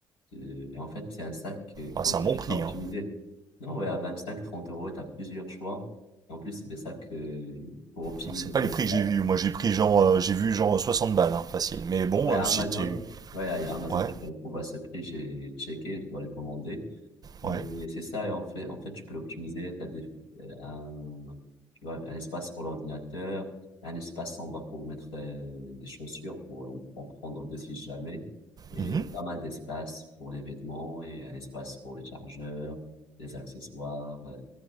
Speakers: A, on the left; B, on the right.
A: euh, Et en fait, c'est un sac euh, qu'on
B: Ah, c'est un
A: cherche
B: bon prix,
A: à optimiser.
B: hein.
A: Non, ouais, à 25-30 euros, tu as plusieurs choix. En plus, c'est des sacs euh, pour optimiser
B: Bon, C'est pas
A: ton
B: les
A: espace.
B: prix que j'ai vus. Moi j'ai pris genre, euh, j'ai vu genre 60 balles, hein, facile. Mais bon,
A: Ouais, à
B: euh, si
A: Amazon,
B: tu...
A: ouais, à Amazon,
B: Ouais,
A: tu vas le trouver à ce prix. J'ai checké, je dois le commander. Mais
B: ouais.
A: c'est ça, et en fait, en fait, tu peux l'optimiser. t'as des, euh, un, tu vois, un espace pour l'ordinateur, un espace en bas pour mettre euh, des chaussures, pour en, en prendre deux si jamais, et
B: mhm,
A: pas mal d'espace pour les vêtements, et un espace pour les chargeurs, les accessoires, euh,